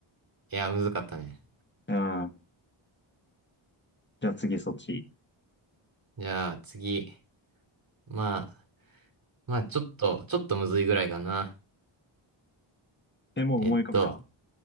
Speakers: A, on the right (about 45°); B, on the left (about 20°).
A: いや、むずかったね。
B: うん。じゃあ次そっち。
A: じゃあ次。まあ、まあちょっと、ちょっとむずいぐらいかな。
B: え、もう思い浮かべた
A: えっと、